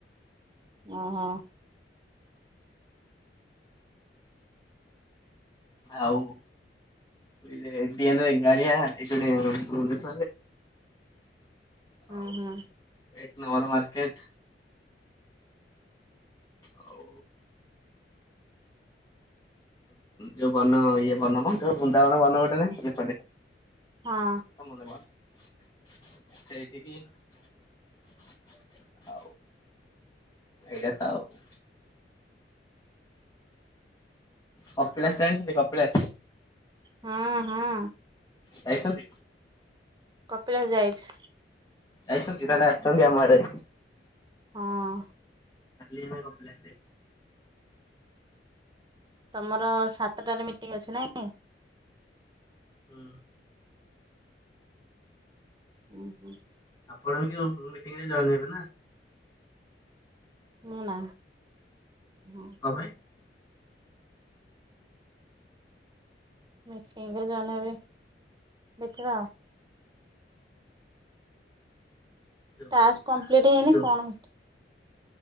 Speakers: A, on the right (about 25°); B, on the left (about 20°).
A: ଓହୋ।
B: ଆଉ ଏ ଦିଏନେ ବେଙ୍ଗାଳିଆ ଏସବୁ <unintelligible>
A: ହୁଁ
B: ଆଉ
A: ହୁଁ।
B: ଏକ ନମ୍ବର ମାର୍କେଟ ଆଉ ଯୋଉ ବନ ଇଏ ବନ କଣ ଯୋଉ ବୃନ୍ଦାବନ ବନ ଗୋଟେ ନାହିଁ ଏପଟେ
A: ହଁ
B: <unintelligible> ସେଇଠିକି ଆଉ ଏଇଟା ତ ଆଉ କପିଳାସ ଜାଣିଥିଲେ କପିଳାସ
A: ହୁଁ ହୁଁ
B: ଯାଇଛନ୍ତି
A: କପିଳାସ ଯାଇଚି।
B: ଯାଇଛନ୍ତି ତାହାଲେ ଆସିଛନ୍ତି ଆମଆଡ଼େ
A: ହଁ।
B: କାଲି ଆମେ କପିଳାସ ଯାଇଥିଲୁ।
A: ତମର ସାତଟାରେ ମିଟିଙ୍ଗି ପଅଛି ନାଇଁ।
B: ହୁଁ।
A: ହୁଁ ହୁଁ।
B: ଆପଣ ବି ମିଟିଙ୍ଗ ରେ ଜଏନ ହେବେ ନା।
A: ମୁଁ ନା। ହଁ।
B: କ ପାଇଁ?
A: ମିଟିଙ୍ଗ ରେ ଜଏନ ହେବି ଦେଖିବା ଆଉ।
B: ଯୋଉ
A: ଟାସ୍କ କମ୍ପ୍ଲିଟ ହେଇନି
B: ଏଇ ଯୋଉ
A: କଣ